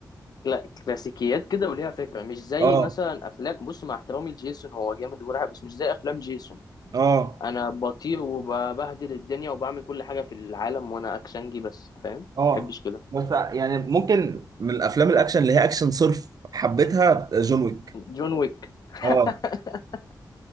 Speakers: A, on the left (about 60°); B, on the right (about 55°).
A: كلا- كلاسيكيات كده وليها فكرة مش زي
B: اه
A: مثلا افلام بص مع احترامي لجيسون هو جامد ورعب بس مش زي افلام جيسون
B: اه
A: انا بطير وببهدل الدنيا وبعمل كل حاجة في العالم وانا اكشنجي بس فاهم
B: اه
A: محبش كده
B: بس يعني ممكن من الافلام الاكشن اللي هي اكشن صرف حبيتها جون ويك
A: جون ويك <laughs>
B: اه